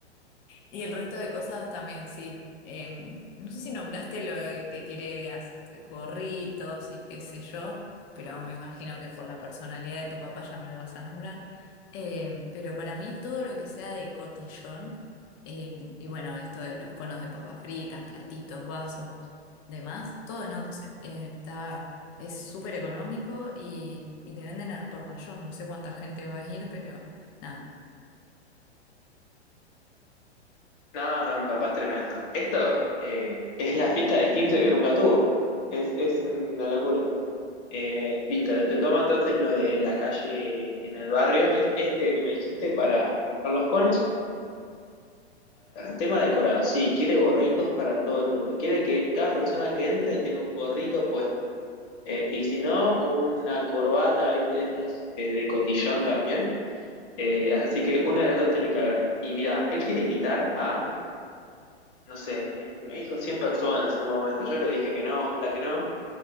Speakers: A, on the left; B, on the left.
A: y el resto de cosas también, sí. Em, no sé si nombraste lo de que quiere as- gorritos y qué sé yo, pero me imagino que por la personalidad de tu papá ya me lo vas a nombrar. Em, pero para mí todo lo que sea de cotillón, em, y bueno, esto de los conos de papas fritas, platitos, vasos, demás, todo en once. Eh, está, es súper económico y, y te venden al por mayor. No sé cuánta gente va a ir, pero nada.
B: No, no, mi papá es tremendo. Esto eh, es la fiesta de 15 que nunca tuvo. Es, es una locura. Eh, listo, te toma entonces lo de la calle en el barrio, es este que me dijiste para comprar los conos. Tema decorado, sí, quiere gorritos para todo el mundo. Quiere que cada persona que entre tenga un gorrito puesto. Eh, y si no, una corbata, viste, de estas eh, de cotillón también. Eh, así que una de las dos tiene que haber. Y mira, él quiere invitar a no sé, me, me dijo 100 personas en un momento. Yo le dije que no, ojalá que no.